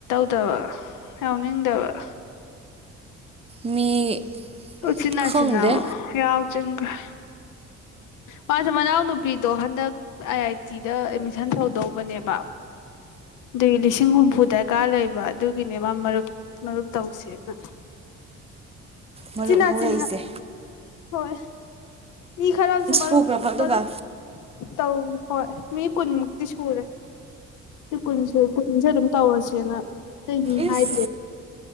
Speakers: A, on the left; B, on the right.
A: ꯗꯕ ꯌꯥꯎꯅꯤꯡ ꯗꯕ
B: ꯃꯤ
A: ꯆꯤꯅꯥꯁꯤꯅꯥ
B: ꯈꯪꯗꯦ
A: ꯌꯥꯎ ꯆꯈ꯭ꯔꯦ ꯃꯥꯁꯦ ꯃꯅꯥꯎꯅꯨꯄꯤꯗꯣ ꯍꯟꯗꯛ ꯑꯥꯏ ꯑꯥꯏ ꯇꯤꯗ ꯑꯦꯗꯃꯤꯁꯟ ꯇꯧꯗꯧꯕꯅꯦꯕ ꯑꯗꯨꯏ ꯂꯤꯁꯤꯡ ꯍꯨꯝꯐꯨ ꯗꯔꯀꯥꯔ ꯂꯩꯕ ꯑꯗꯨꯒꯤꯅꯦ ꯃꯥ ꯃꯔꯨꯞ ꯃꯔꯨꯞ ꯇꯧꯁꯦꯅ
B: ꯃꯔꯨꯞ
A: ꯆꯤꯅꯥ
B: ꯍꯧꯔꯛꯏꯁꯦ
A: ꯆꯤ ꯍꯣꯏ ꯏ ꯈꯔꯞꯁꯨ
B: ꯁꯨꯈ꯭ꯔꯕ
A: ꯃꯥꯔ
B: ꯑꯗꯨꯒ
A: ꯃꯔꯔ ꯇꯧ ꯍꯣꯏ ꯃꯤ ꯀꯟꯃꯨꯛꯇꯛꯇ ꯆꯨꯔꯦ ꯄꯨꯟꯁꯤ ꯄꯨꯨꯟꯖꯔ ꯇꯧꯔꯁꯤꯅ ꯀꯩꯅꯤ
B: ꯏꯁ
A: ꯍꯥꯏꯗ꯭ꯦꯣ